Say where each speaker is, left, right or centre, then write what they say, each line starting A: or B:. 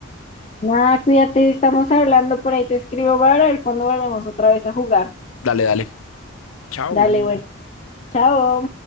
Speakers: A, on the left; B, on the left.
A: nada, cuídate, estamos hablando por ahí, te escribo para ver cuándo volvemos otra vez a jugar.
B: Dale, dale. Chao.
A: Dale, bueno, chao.